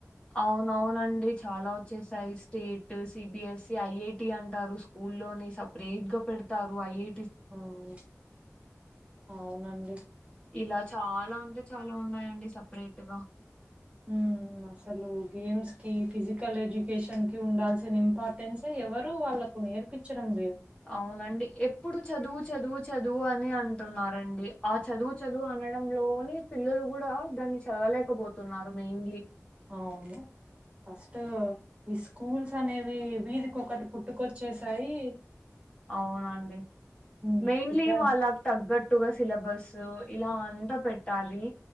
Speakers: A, on the left; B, on the right.
A: అవునవునండి చాలా ఒచ్చేసాయి స్టే సిబిఎసీ, ఐఐటి అంటారు. స్కూల్లోని సపరేట్గా పెడ్తారు ఐఐ
B: అవును అవునండి.
A: ఇలా చాలా అంటే చాలా ఉన్నాయండి సపరేట్గా.
B: ఉమ్. అసలు గేమ్స్ కి ఫిజికల్ ఎడ్యుకేషన్ కి ఉండాల్సిన ఇంపార్టెన్స్ ఎవరు వాళ్ళా. నేర్పించడంలేదు.
A: అవునండి ఎప్పుడు చదువు చదువు చదువు అనే అంటున్నారండి. ఆ చదువు చదువు అనడంలోనే పిల్లలు గూడా దాన్ని చదవలేకపోతున్నారు మెయిన్లీ.
B: అవును ఫస్ట్ ఈ స్కూల్స్ అనేవి. వీధికొక్కటి పుట్టుకొచ్చేసాయి.
A: అవునండి
B: ఉమ్,
A: మెయిన్లీ
B: విద్యా
A: వాళ్ళక్ తగ్గట్టుగా సిలబస్. ఆహ్ ఇలా అంతా పెట్టాలి